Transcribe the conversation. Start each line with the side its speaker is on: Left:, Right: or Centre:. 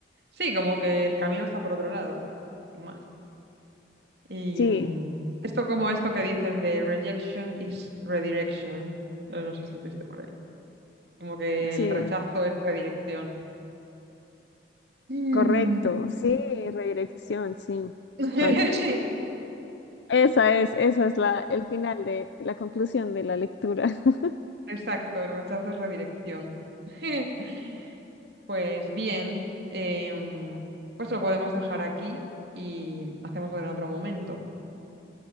Right: Sí, como que el camino está por otro lado, y más. Y
Left: Sí,
Right: mm, esto como esto que dicen de rejection is redirection, eh, no sé si lo viste por ahí, como que
Left: sí.
Right: el rechazo es redirección. Y,
Left: Correcto,
Right: mm,
Left: sí, redirección, sí.
Right: <laughs>
Left: Vaya.
Right: sí,
Left: Esa es, esa es la, el final de la conclusión de la lectura. <laughs>
Right: Exacto, el rechazo es redirección. <laughs> Pues bien, em, pues lo podemos dejar aquí y hacemos otro en otro momento.